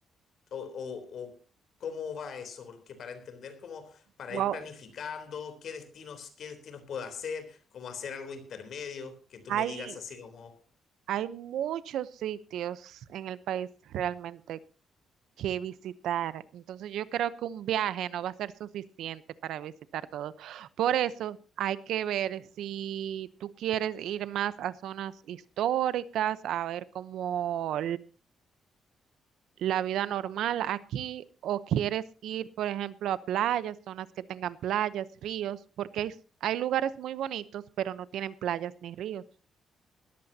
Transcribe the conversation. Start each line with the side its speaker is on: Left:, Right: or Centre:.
Left: o, o- o cómo va eso, porque para entender cómo, para
Right: Wow,
Left: ir planificando qué destinos, qué destinos puedo hacer, cómo hacer algo intermedio, que tú
Right: hay,
Left: me digas así como...
Right: hay muchos sitios en el país realmente que visitar. Entonces yo creo que un viaje no va a ser suficiente para visitar todo. Por eso hay que ver si tú quieres ir más a zonas históricas, a ver como la vida normal aquí o quieres ir, por ejemplo, a playas, zonas que tengan playas, ríos, porque hay, hay lugares muy bonitos, pero no tienen playas ni ríos.